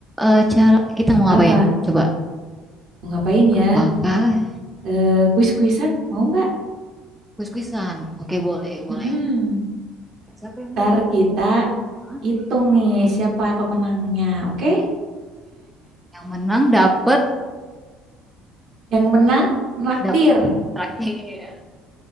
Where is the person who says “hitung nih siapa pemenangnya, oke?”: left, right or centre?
Right